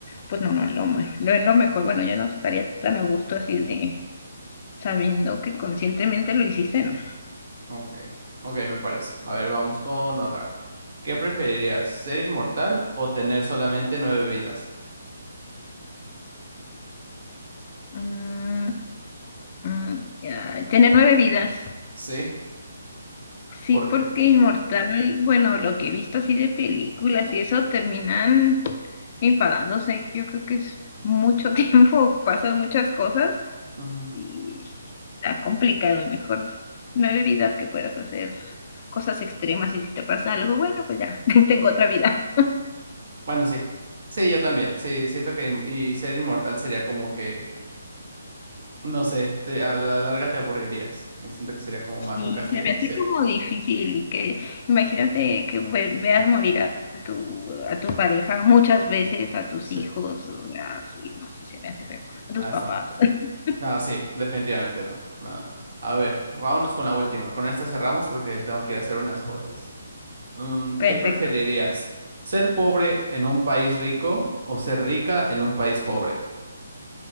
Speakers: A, on the left; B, on the right.
A: pues no, no es lo, me- no es lo mejor. Bueno, yo no estaría tan a gusto así de sabiendo que conscientemente lo hiciste, ¿no?
B: Ok, ok, me parece. A ver, vamos con otra. ¿Qué preferirías, ser inmortal o tener solamente nueve vidas?
A: Mm, mm, ya, Tiene nueve vidas.
B: Sí,
A: Sí,
B: ¿por
A: porque
B: qué?
A: Inmortal, bueno, lo que he visto así de películas y eso terminan enfadándose. Yo creo que es mucho <laughs> tiempo, pasan muchas cosas
B: Ujú.
A: Y está complicado y mejor nueve vidas que puedas hacer cosas extremas y si te pasa algo, bueno, pues ya, <laughs> tengo otra vida.
B: Bueno, sí. Sí, yo también. Sí, siento que in- y ser inmortal sería como que, no sé, te- a la larga te aburrirías. Y siento que sería como
A: Sí,
B: más un castigo.
A: se me hace
B: Sí,
A: como difícil y que imagínate que ve- veas morir a tu, a tu pareja muchas veces, a tus
B: sí.
A: hijos, o sea, sí, no sé, se me hace feo, a tus
B: Ah,
A: papás.
B: está muy feo.
A: <laughs>
B: No, sí, definitivamente no. No, no. A ver, vámonos con la última. Con esta cerramos porque tengo que ir a hacer unas cosas. Mm,
A: Perfecto.
B: ¿qué preferirías? ¿Ser pobre en un país rico o ser rica en un país pobre?